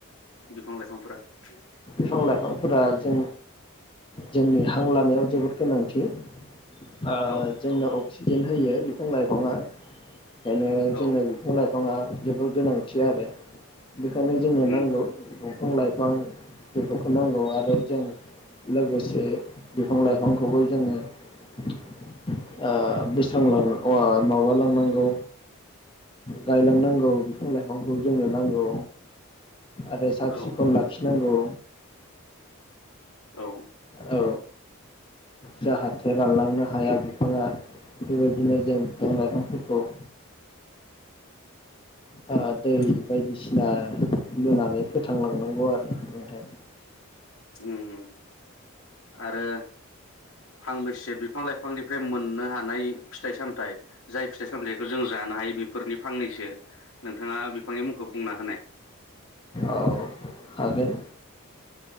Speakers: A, on the left; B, on the left.
A: बिफां लाइफांफोरा <inaudible>
B: फां लाइफांफोरा जों जोंनि हां लानायाव जोबोद गोनांथि। ओ
A: औ
B: जोंना अक्सि फिन होयो बिफां लाइफाङा खायनो जोंना
A: औ
B: बिफां लाइफ बिफाङा जोबोर गोनांथि आरो बेखायनो जोंनो
A: उम
B: नांगौ फां-लाइफां बेफोरखौ नांगौ आरो जों लोगोसे बिफां लाइफांखौबो जोंङो ओ बोस्रांलां माबा लांनांगौ गायलांनांगौ बिफां लाइफांखौ जोंनो नांगौ आरो साब
A: औ
B: सिखन लाखिनांगौ
A: औ
B: औ जाहाथे रानलांनो हाया बिफांङा बे बायदिनो जों बिफां लाइफां औ हा दै
A: उम
B: बायदिसिना दोनानै फोथांलांनांगौ आरो नोंथां
A: उम उम आरो फांबेसे बिफां लाइफांनिफ्राय मोननो हानाय फिथाइ सामथायाइ जाय फिथाइ सामथायाइखौ जों जानो हायो बेफोरनि फांनैसो नोंथांङा बिफांनि मुंखौ बुंना होनाय
B: औ हागोन